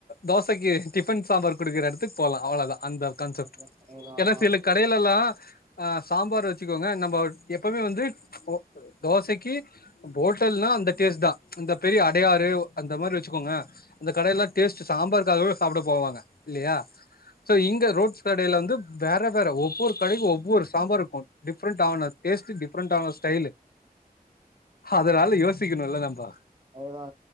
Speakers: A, on the left (about 70°); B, on the right (about 25°).
A: தோச சக்கி டிஃபன் சாம்பார் குடுக்குற எடத்துக் போலா அவ்ளதா அந்த கன்செப்ட்
B: அதுதா அதுதா
A: எனா சில கடைலெல்லா அ சாம்பார் வச்சுக்கோங்க நம் ப எப்பவ்மே வந்து ஒ தோசை க்கி ஓட்டல்னா அந்த டேஸ்ட் தா இந்த பெரிய அடையாறு அந்த மாரி வச்சுக்கோங்க அந்தக் கடையெல்லா டேஸ்ட்டு சாம்பார்க்காகவெ சாப்ட போவாங்க இல்லியா சோ இங்க ரோட்ஸ் கடைல வந்து வேற வேற ஒ வ்வொரு கடைக்கு ஒவ்வொரு சாம்பாருக்கு டிஃப்ரண்ட் ன டேஸ்ட்டு டி ஃப்ரெண்ட்டான ஸ்டைலு அதனால யோசிக்கணுல்ல நம்ப
B: அதுதா